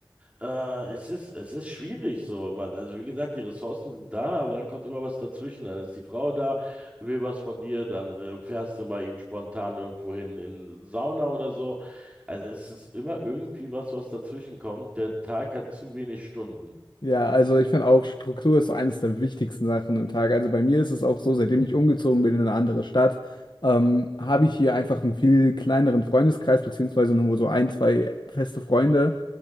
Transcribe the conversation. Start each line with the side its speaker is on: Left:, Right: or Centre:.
Right: Äh, es ist, es ist schwierig so, Mann. Also wie gesagt, die Ressourcen sind da, aber dann kommt immer was dazwischen. Dann ist die Frau da, will was von dir, dann äh, fährst du mal eben spontan irgendwo hin in Sauna oder so. Also es ist immer irgendwie was, was dazwischen kommt. Der Tag hat zu wenig Stunden.
Left: ja, also ich finde auch, Struktur ist so eines der wichtigsten Sachen im Tag. Also bei mir ist es auch so, seitdem ich umgezogen bin in eine andere Stadt, ähm, habe ich hier einfach einen viel kleineren Freundeskreis, beziehungsweise nur so ein, zwei feste Freunde.